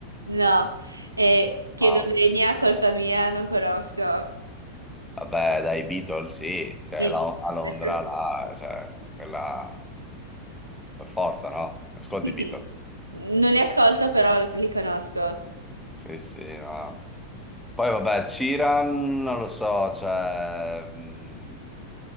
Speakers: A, on the right; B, in the centre.
A: no, e chiedo
B: Ah,
A: venia, colpa mia, non conosco.
B: vabbè, dai Beatles, sì. Cioè,
A: Sì,
B: la- a Londra,
A: questo sì.
B: là, cioè, quella... Per forza, no? Ascolti
A: Sì,
B: i Beatles.
A: sì. Non li ascolto, però li conosco.
B: Sì, sì, no. Poi vabbè, Ciran, non lo so, cioè, mh,